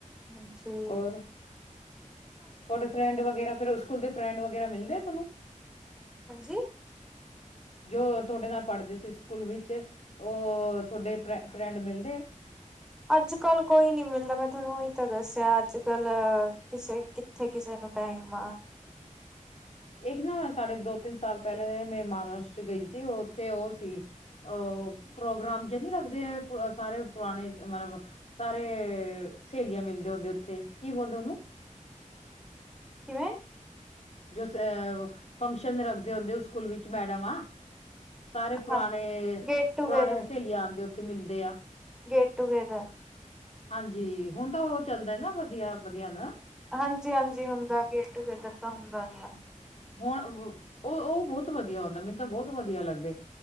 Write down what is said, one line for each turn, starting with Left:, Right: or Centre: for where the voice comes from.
Centre: ਹਾਂਜੀੇ
Left: ਹੋਰ ਤੁਹਾਡੇ ਫਰੈਂਡ ਵਗੈਰਾ ਫਿਰ ਸਕੂਲ ਦੇ ਫਰੈਂਡ ਵਗੈਰਾ ਮਿਲਦੇ ਆ ਤੁਹਾਨੂੰ
Centre: ਹਾਂਜੀ
Left: ਜੋ ਤੁਹਾਡੇ ਨਾਲ ਪੜ੍ਹਦੇ ਸੀ ਸਕੂਲ ਵਿੱਚ ਉਹ ਤੁਹਾਡੇ ਫ ਫਰੈਂਡ ਮਿਲਦੇ
Centre: ਅੱਜ ਕੱਲ ਕੋਈ ਨੀ ਮਿਲਦਾ ਮੈਂ ਤੁਹਾਨੂੰ ਉਹੀ ਤਾਂ ਦੱਸਿਆ ਅੱਜ ਕੱਲ ਕਿਸੇ ਕਿੱਥੇ ਕਿਸੇ ਨੇ ਨ ਟਾਈਮ
Left: ਇੱਕ ਨਾ ਸਾਡੇ ਦੋ ਤਿੰਨ ਸਾਲ ਪਹਿਲੇਾਂ ਮੈਂ ਮਹਾਰਾਸ਼ਟਰ ਗਈ ਸੀ ਉਹ ਉੱਥੇ ਉਹ ਸੀ ਉਹ ਪ੍ਰੋਗਰਾਮ ਜੇ ਨ ਰਗਦੇ ਸਾਰੇ ਪੁਰਾਣੇ ਮਤਲਬ ਸਾਰੇ ਸਹੇਲੀਆਂ ਮਿਲਦੇ ਹੁੰਦੇ ਉੱਥੇ ਕੀ ਬੋਲਦੇ ਹੈਲੋ
Centre: ਕਿਵੇਂ
Left: ਜੋ ਫੰਕਸ਼ਨ ਰੱਖਦੇ ਹੁੰਦੇ ਉਸ ਸਕੂਲ ਵਿੱਚ ਮੈਡਮ ਆ ਸਾਰੇ ਪੁਰਾਣੇ
Centre: ਹਾਂ ਗੇਟ ਟੂਗੇਦਰ
Left: ਪੁਰਾਣੇ ਸਹੇਲੀਆਂ ਆਉਂਦੇ ਉੱਥੇ ਮਿਲਦੇ ਆ
Centre: ਗੇਟ ਟੂਗੇੈਦਰ
Left: ਹਾਂਜੀ ਹੁਣ ਤਾਂ ਉਹ ਚੱਲਦਾ ਨਾ ਵਧੀਆ ਵਧੀਆ ਨਾ
Centre: ਹਾਂਜੀ ਹਾਂਜੀ ਹੁੰਦਾ ਗੇਟ ਟੂਗੇਦਰ ਤਾਂ ਹੁੰਦਾ ਹੀ ਆ
Left: ਹੁਣ ਉਹ ਉਹ ਬਹੁਤ ਵਧੀਆ ਹੁੰਂਦਾ ਮੈਨੂੰ ਤਾਂ ਬਹੁਤ ਵਧੀਆ ਲੱਗਦੇ